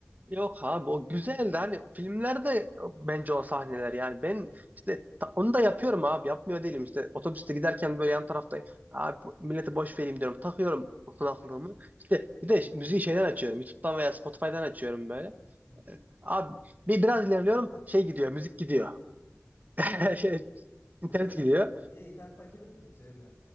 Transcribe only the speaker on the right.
Yok abi o güzeldi hani filmlerde bence o sahneler yani ben işte ta- onu da yapıyorum abi yapmıyor değilim işte otobüste giderken böyle yan taraftayım abi bu- millete boş vereyim diyorum takıyorum kulaklığımı işte bir de ş- müziği şeyden açıyorum YouTube'dan veya Spotify'dan açıyorum böyle
E, abi bir biraz ilerliyorum şey gidiyor müzik gidiyor
<laughs> şey, internet
gidiyor